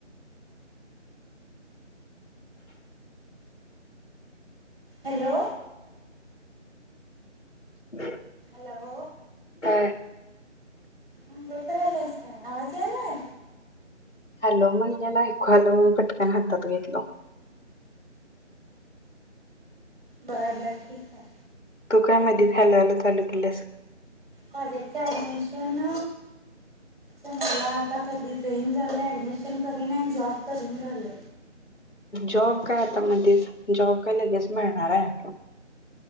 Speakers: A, on the right; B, on the left.
A: हॅलो.
B: ह.
A: हॅलो.
B: अ.
A: अंघोळ करल्यास काय आवाज यायलाय?
B: हॅलो म्हणल्याला ऐकू आलं म पटकन हातात घेतलं.
A: बरं बरं ठीक आहे.
B: तू काय मध्ये हॅलो हॅलो चालू केलास?
A: कॉलेजचे ॲडमिशन. मला आता कधी जाईन झालं ऍडमिशन करीन आणि जॉब करीन झालं.
B: जॉब काय आता मधेच जॉब काय लगेच मिळणार आहे.